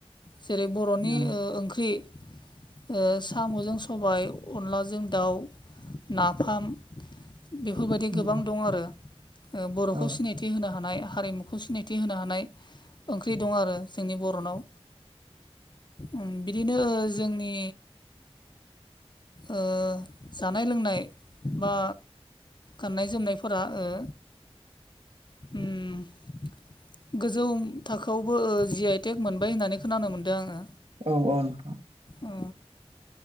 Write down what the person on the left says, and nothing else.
जेरै बर'नि
ओ ओंख्रि ओ साम'जों सबाय अनलाजों दाउ नाफाम बेफोरबायदि
गोबां दं आरो ओ बर'खौ
सिनायथि सिथि होनो हानाय हारिमुखौ सिनायथि होनो हानाय ओंख्रि दं आरो जोंनि बर'नाव उम बिदिनो जोंनि ओ जानाय लोंनाय बा गाननाय जोमनायफोरा ओ उम गोजौ थाखोआवबो जि आइटेक मोनबाय होननानै खोनानो मोनदों आङो।
ओ